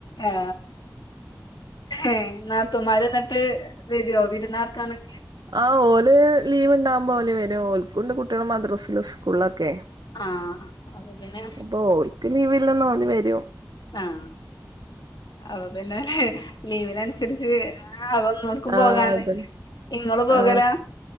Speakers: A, on the left; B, on the right.
A: ആ ഏ നാത്തൂമാര്ന്നട്ട് വര്വോ വിരുന്നാർ ക്കാനൊക്കെ
B: ആ ഓല് ലീവ് ഉണ്ടാവുമ്പോ ഓല് വരും ഓൽക്കുണ്ട് കുട്ട്യള് മദ്രസിലും സ്കൂളില കെ
A: ആഹ് അപ്പൊ പിന്നെ
B: അപ്പൊ ഓൽക്ക് ലീവ്‌ല്ലന്ന് ഓല് വരും
A: ആഹ അപപിന്നെ ലീവിനനുസരിച്ച് ആ അപങ്ങക്കും
B: ആ
A: പോകാലാ
B: അതന്നെ
A: ഇങ്ങളു പോകലാ
B: ആ